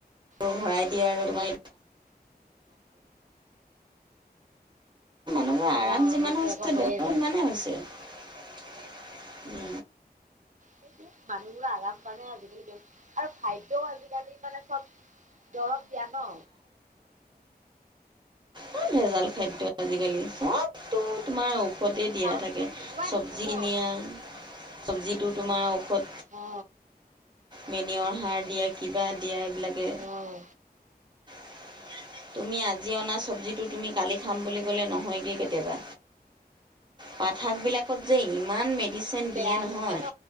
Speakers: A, on the right; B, on the right.
A: অঁ
B: ভৰাই দিয়ে আৰু তোমাৰ <unintelligible> আৰাম
A: অঁ
B: যিমান
A: সেইটো
B: হৈছে
A: আকৌ হৈয়ে
B: বেমাৰো
A: যায়
B: সিমানেই হৈছে। উম।
A: সেইটোৱে মানুহবোৰৰ আৰাম কাৰণে আজিকালি কে আৰু খাদ্যও আজিকালি মানে চব দৰৱ দিয়া ন।
B: ই ভেজাল খাদ্য আজিকালি। অ', তোমাৰ ঔষতে দিয়া
A: চাউল
B: থাকে
A: দুটা মিলোৱাই
B: চব্জি
A: থাকে ন
B: নিয়া চব্জিটোত তোমাৰ ঔষধ
A: অ
B: বেনিয়ৰ সাৰ দিয়ে, কিবা দিয়া এইবিলাকে
A: অহ।
B: <unintelligible> তুমি আজি অনা চব্জিটো
A: উ
B: তুমি কালি খাম বুলি ক'লে নহয়গে কেতিয়াবা। পাত শাকবিলাকত যে ইমান মেডিচিন
A: বেয়া
B: দিয়ে নহয়
A: হৈ থাকে ন